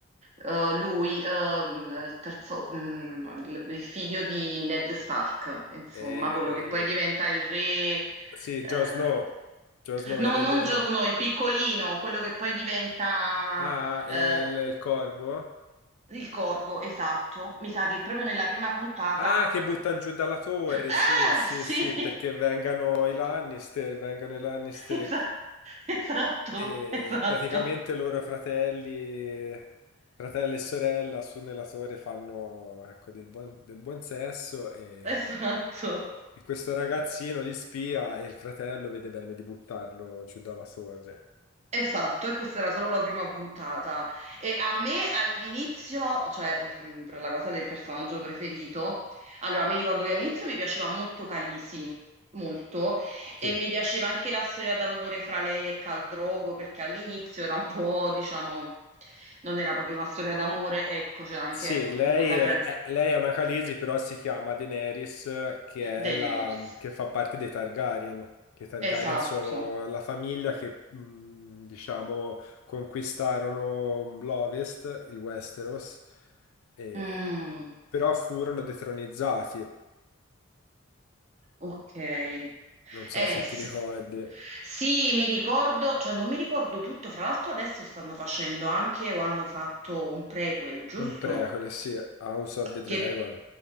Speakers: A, on the right; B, on the left.
A: eh, lui, ehm, il terzo, mh, il il figlio di Ned Stark, insomma,
B: e
A: quello che poi
B: il-
A: diventa il re,
B: sì,
A: eh,
B: Jon Snow, Jon Snow,
A: no,
B: il re
A: non
B: del
A: Jon
B: no.
A: Snow, il piccolino, quello che poi diventa,
B: Ah,
A: eh,
B: e il, il corvo?
A: il corvo, esatto. Mi sa che proprio nella prima puntata...
B: Ah, che
A: <laughs>
B: buttano giù dalla torre,
A: Ah,
B: sì, sì,
A: sì!
B: sì, perché vengano i
A: <laughs>
B: Lannister, vengano i Lannister.
A: Esa- Esatto,
B: E
A: esatto,
B: praticamente loro fratelli, fratelli e sorella su nella torre fanno ecco, del buon, del buon sesso e,
A: esatto.
B: e questo ragazzino li spia e il fratello vede bene di buttarlo giù dalla torre.
A: Esatto, e questa era solo la prima puntata. E a me all'inizio, cioè mh, per la cosa del personaggio preferito, allora mi ricordo che all'inizio mi piaceva molto Calisi, molto,
B: Sì,
A: e mi piaceva anche la storia d'amore fra lei e Caldrogo, perché all'inizio era un po', diciamo, non era proprio una storia d'amore, ecco, c'era anche
B: Sì,
A: appunto
B: lei
A: sempre
B: è, è- lei è una Khaleesi, però si chiama Daenerys, eh, che
A: Daenerys.
B: è la, che fa parte dei Targaryen. Che i Targaryen
A: Esatto.
B: sono la famiglia che, mh, diciamo, conquistarono l'Ovest, il Westeros, e-
A: Mm.
B: però furono detronizzati.
A: Ok. Eh
B: Non so se
A: sì.
B: ti ricordi.
A: Sì, mi ricordo, cioè non mi ricordo tutto, fra l'altro adesso stanno facendo anche o hanno fatto un prequel, giusto?
B: Un prequel, sì, House of the Dragon.
A: Che,